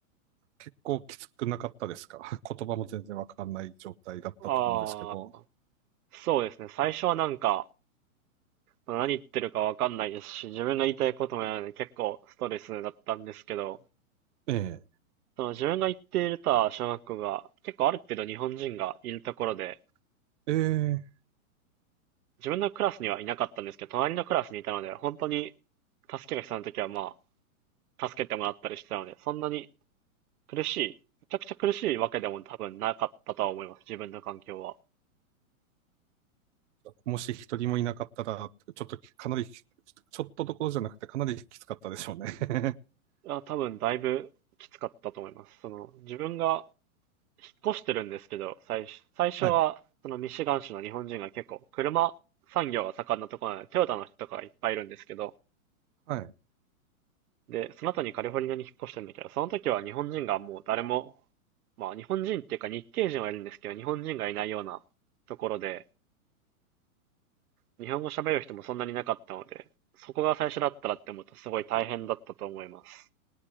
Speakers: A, on the right (about 55°); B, on the right (about 85°).
A: 結構きつくなかったですか <laughs> 言葉も全然わかんない状態だったと思うんですけど。
B: ああ、そうですね。最初はなんか、何言ってるかわかんないですし、自分が言いたいこともやらないので結構ストレスだったんですけど、
A: え
B: その自分が行っていた小学校が結構ある程度日本人がいるところで、
A: え。ええ。
B: 自分のクラスにはいなかったんですけど、隣のクラスにいたので、本当に助けが必要な時はまあ、助けてもらったりしてたので、そんなに苦しい。めちゃくちゃ苦しいわけでも多分なかったとは思います。自分の環境は。
A: もし一人もいなかったら、ちょっとかなり、ちょっとどころじゃなくてかなりきつかったでしょうね。<laughs>
B: あ、多分だいぶきつかったと思います。その、自分が引っ越してるんですけど、最初、最初は、
A: はい。
B: そのミシガン州の日本人が結構、車産業が盛んなところなので、トヨタの人とかがいっぱいいるんですけど、
A: はい。
B: で、その後にカリフォルニアに引っ越してるんだけど、その時は日本人がもう誰も、まあ日本人っていうか日系人はいるんですけど、日本人がいないようなところで、日本語喋る人もそんなになかったので、そこが最初だったらって思うとすごい大変だったと思います。